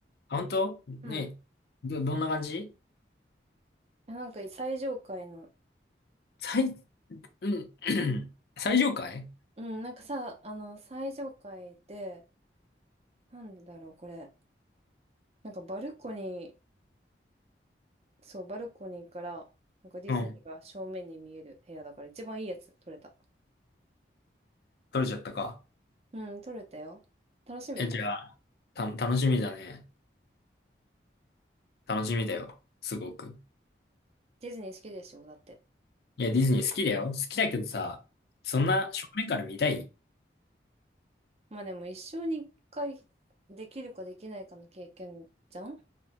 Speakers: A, on the left; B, on the right.
A: あ、本当ね、
B: うん。
A: ど、どんな感じ
B: なんか最上階の
A: 最、うん、<clears throat> 最上階
B: うん、なんかさ、あの、最上階で、なんでだろう、これ。なんかバルコニー、そう、バルコニーから、なんかディズニーが正面に見える部屋だから、
A: うん。
B: 一番いいやつ、撮れた。
A: 取れちゃったか。
B: うん、撮れたよ。楽しみ。
A: え、じゃあ、た、楽しみだね。楽しみだよ。すごく。
B: ディズニー好きでしょ、だって。
A: いや、ディズニー好きだよ。好きだけどさ、そんな正面から見たい
B: うん。まあでも、一生に一回できるかできないかの経験じゃん